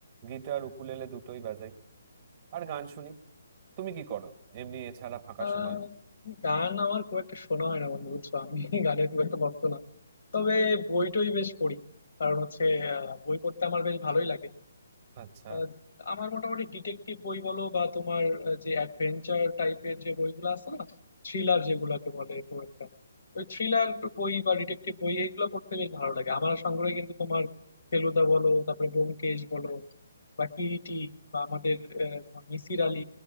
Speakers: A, on the right; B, on the left.
A: গিটার উকুলেলে দুটোই বাজাই আর গান শুনি তুমি কি করো এমনি এছাড়া ফাঁকা
B: আহ,
A: সময়
B: গান আমার খুব একটা শোনা হয় না বন্ধু বুঝছো আমি <laughs> গানের খুব একটা ভক্ত না তবে বইটই বেশ পড়ি কারণ হচ্ছে আহ, বই পড়তে আমার বেশ ভালোই লাগে
A: আচ্ছা
B: আহ, আমার মোটামুটি ডিটেকটিভ বই বলো বা তোমার আহ, যে অ্যাডভেঞ্চার টাইপের যে বইগুলো আছে না থ্রিলার যেগুলোকে বলে খুব একটা ওই থ্রিলার বই বা ডিটেকটিভ বই এইগুলো পড়তে বেশ ভালো লাগে আমার সংগ্রহে কিন্তু তোমার ফেলুদা বলো তারপরে ব্যোমকেশ বলো বা কিরিটি বা আমাদের আহ, তোমার মিসির আলী